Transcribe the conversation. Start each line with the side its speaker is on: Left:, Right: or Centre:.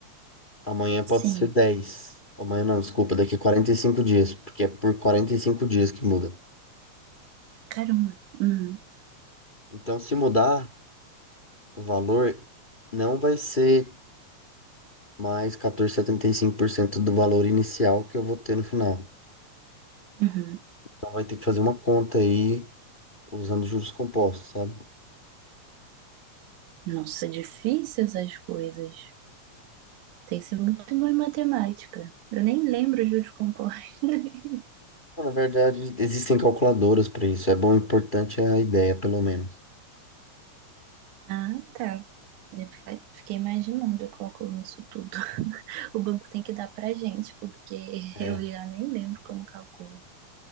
Left: Amanhã pode
Right: sim.
Left: ser 10. Amanhã não, desculpa, daqui 45 dias, porque é por 45 dias que muda.
Right: Caramba. Uhum,
Left: Então, se mudar O valor não vai ser mais quatorze vírgula setenta e cinco por cento do valor inicial que eu vou ter no final.
Right: uhum.
Left: Então vai ter que fazer uma conta aí usando juros compostos, sabe?
Right: Nossa, difícil essas coisas. Tem que ser muito boa em matemática. Eu nem lembro juros compostos. <laughs>
Left: Bom, Na verdade, existem calculadoras para isso. É bom, importante é a ideia, pelo menos.
Right: Ah, tá. Eu fi- Fiquei imaginando eu calculando isso tudo. <laughs> O banco tem que dar pra gente, porque <laughs>
Left: É.
Right: eu já nem lembro como calculo.